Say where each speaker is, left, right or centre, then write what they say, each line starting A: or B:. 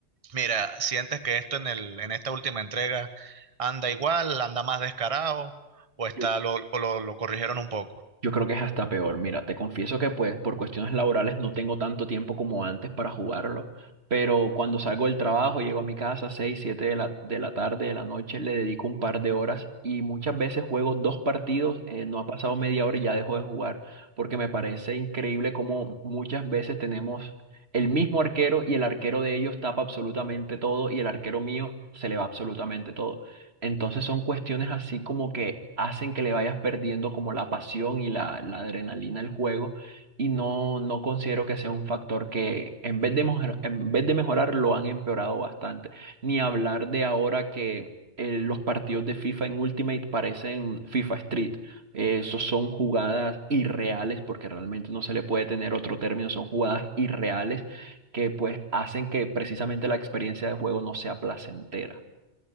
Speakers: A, on the right; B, on the right.
A: Mira, ¿sientes que esto en el, en esta última entrega anda igual, anda más descarado o está
B: Yo
A: lo, o lo, lo corrigieron un poco?
B: Yo creo que es hasta peor. Mira, te confieso que pues por cuestiones laborales no tengo tanto tiempo como antes para jugarlo, pero cuando salgo del trabajo, llego a mi casa 6, 7 de la, de la tarde, de la noche, le dedico un par de horas y muchas veces juego dos partidos, eh, no ha pasado media hora y ya dejo de jugar, porque me parece increíble cómo muchas veces tenemos el mismo arquero y el arquero de ellos tapa absolutamente todo y el arquero mío se le va absolutamente todo. Entonces son cuestiones así como que hacen que le vayas perdiendo como la pasión y la, la adrenalina del juego y no, no considero que sea un factor que en vez de mejor- en vez de mejorar lo han empeorado bastante. Ni hablar de ahora que eh, los partidos de FIFA en Ultimate parecen FIFA Street. Eh, Esos son jugadas irreales porque realmente no se le puede tener otro término, son jugadas irreales que pues hacen que precisamente la experiencia de juego no sea placentera.